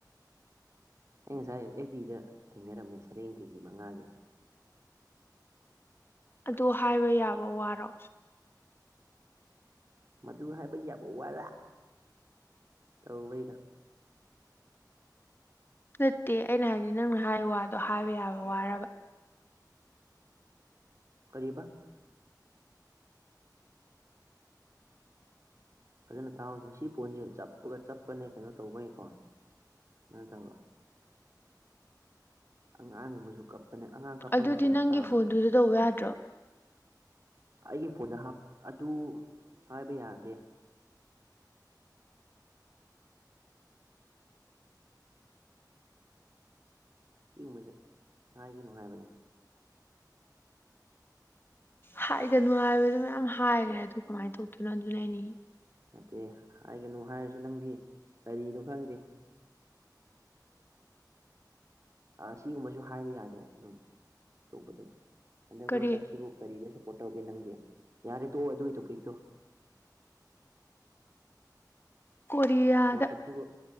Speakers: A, on the right (about 45°); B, on the left (about 30°).
A: ꯑꯩ ꯉꯁꯥꯏ ꯑꯦꯕꯤꯗ ꯊꯦꯡꯅꯔꯝꯃꯦ ꯁꯔꯦꯡ ꯀꯦ ꯖꯤ ꯃꯉꯥꯒꯤ
B: ꯑꯗꯨ ꯍꯥꯏꯕ ꯌꯥꯕ ꯋꯥꯔꯣ
A: ꯃꯗꯨ ꯍꯥꯏꯕ ꯌꯥꯕ ꯋꯥꯔꯥ ꯇꯧꯕꯩꯩꯅꯣ
B: ꯅꯠꯇꯦ ꯑꯩꯅ ꯍꯥꯏꯗꯤ ꯅꯪꯅ ꯍꯥꯏ ꯋꯥꯗꯣ ꯍꯥꯏꯕ ꯌꯥꯕ ꯋꯥꯔꯕ
A: ꯀꯔꯤꯕꯥ ꯐꯖꯅ ꯇꯥꯍꯧꯗꯅ ꯁꯤ ꯐꯣꯟꯁꯦ ꯆꯞꯄꯒ ꯆꯠꯄꯅꯦ ꯀꯩꯅꯣ ꯇꯧꯕꯩꯀꯣ ꯅꯇꯣ ꯑꯉꯥꯡꯕꯁꯨ ꯀꯞꯄꯅꯦ ꯑꯉꯥꯡ ꯀꯞꯄ
B: ꯑꯗꯨꯗꯤ
A: ꯃꯈꯣꯟꯅ
B: ꯅꯪꯒꯤ
A: ꯇꯥꯕ꯭ꯔꯣ
B: ꯐꯣꯟꯗꯨꯁꯨ ꯇꯧꯕ ꯌꯥꯗ꯭ꯔꯣ
A: ꯑꯩꯒꯤ ꯐꯣꯟꯗ ꯑꯗꯨ ꯍꯥꯏꯕ ꯌꯥꯗꯦ ꯁꯤꯒꯨꯝꯕꯁꯦ ꯍꯥꯏꯒꯅꯨ ꯍꯥꯏꯕꯅꯦ
B: ꯍꯥꯏꯒꯅꯨ ꯍꯥꯏꯕꯗ ꯃꯌꯥꯝ ꯍꯥꯏꯈ꯭ꯔꯦ ꯑꯗꯨ ꯀꯃꯥꯏꯅ ꯇꯧꯗꯣꯏꯅꯣ ꯑꯗꯨꯅ ꯑꯩꯅꯤ
A: ꯅꯠꯇꯦ ꯍꯥꯏꯒꯅꯨ ꯍꯥꯏꯔꯁꯨ ꯅꯪꯗꯤ ꯀꯔꯤꯅꯣ ꯈꯪꯗꯦ ꯑꯁꯤꯒꯨꯝꯕꯁꯨ ꯍꯥꯏꯕ ꯌꯥꯗꯦ ꯑꯗꯨꯝ ꯑꯇꯣꯞꯄ ꯑꯗꯨꯝ ꯑꯟꯗ
B: ꯀꯔꯤ
A: ꯋꯥꯔꯜ ꯀꯞꯁꯤꯕꯨ ꯀꯔꯤꯗ ꯣ ꯇꯧꯒꯦ ꯅꯪꯗꯤ ꯌꯥꯔꯦ ꯇꯣꯛꯑꯣ ꯑꯗꯨꯒꯤ ꯇꯣꯄꯤꯛꯇꯣ
B: ꯀꯔꯤꯌꯥꯗ
A: ꯋꯥꯔꯜ ꯀꯞꯁꯤꯕꯨ